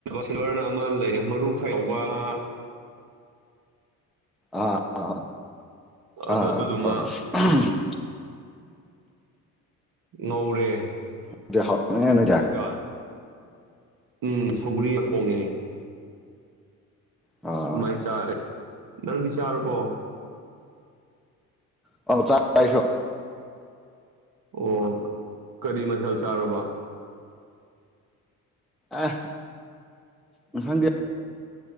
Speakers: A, on the right (about 50°); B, in the centre.
A: ꯁꯤꯜꯕꯔꯅ ꯑꯃ ꯂꯩꯌꯦ ꯃꯔꯨ ꯈꯔ ꯌꯥꯎꯕ ꯉꯥ
B: ꯑꯥ ꯑꯥ ꯑꯥ
A: ꯑꯗꯨ
B: ꯑꯥ
A: ꯑꯗꯨꯗꯨꯃ
B: ꯑꯥ ꯍꯣꯏ ꯍꯣꯏ <unintelligible>
A: ꯉꯧꯔꯦ
B: ꯑꯗꯨꯗꯤ ꯍꯥꯎꯔꯝꯅꯤꯅꯦ ꯅꯣꯏꯗꯤ
A: ꯑꯗꯨꯒ ꯎꯝ ꯁꯧꯒ꯭ꯔꯤꯒ ꯊꯣꯡꯉꯦ
B: ꯑꯣ
A: ꯑꯗꯨ ꯃꯥꯏꯅ ꯆꯥꯔꯦ ꯅꯪꯗꯤ ꯆꯥꯔꯕꯣ
B: ꯑ ꯆꯥꯔꯦ ꯑꯩꯁꯨ
A: ꯑꯣ ꯀ ꯀꯔꯤ ꯃꯊꯦꯜ ꯆꯥꯔꯕ
B: ꯑꯦ ꯃꯊꯪꯗꯤ